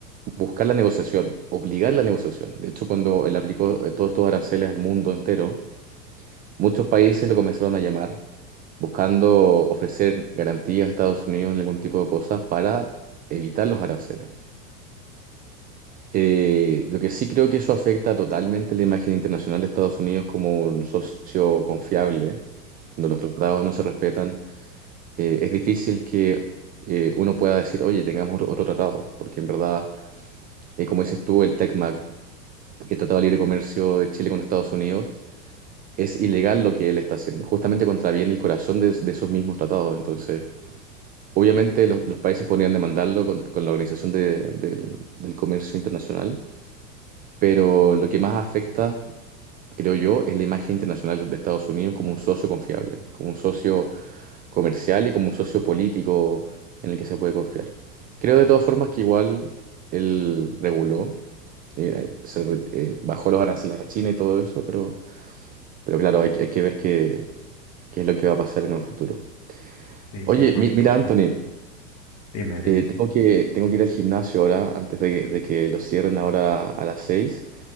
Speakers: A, on the right; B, on the left.
A: buscar la negociación, obligar la negociación. De hecho, cuando él aplicó eh, todos estos aranceles al mundo entero, muchos países lo comenzaron a llamar buscando ofrecer garantías a Estados Unidos en algún tipo de cosas para evitar los aranceles. Eh, lo que sí creo que eso afecta totalmente la imagen internacional de Estados Unidos como un socio confiable. Cuando los tratados no se respetan, eh, es difícil que eh, uno pueda decir, oye, tengamos otro, otro tratado, porque en verdad, eh, como dices tú, el TECMAC, el Tratado de Libre Comercio de Chile con Estados Unidos, es ilegal lo que él está haciendo, justamente contraviene el corazón de, de esos mismos tratados. Entonces, obviamente los, los países podrían demandarlo con, con la Organización de- del del Comercio Internacional, pero lo que más afecta creo yo, es la imagen internacional de Estados Unidos como un socio confiable, como un socio comercial y como un socio político en el que se puede confiar. Creo de todas formas que igual él reguló, eh, se re- eh, bajó los aranceles a China y todo eso, pero, pero claro, hay, hay que ver qué, qué es lo que va a pasar en un futuro.
B: Sí,
A: Oye,
B: sí, por
A: mi-
B: supuesto.
A: mira, Anthony,
B: Dime, dime.
A: eh, tengo que, tengo que ir al gimnasio ahora, antes de, de que lo cierren ahora a las seis,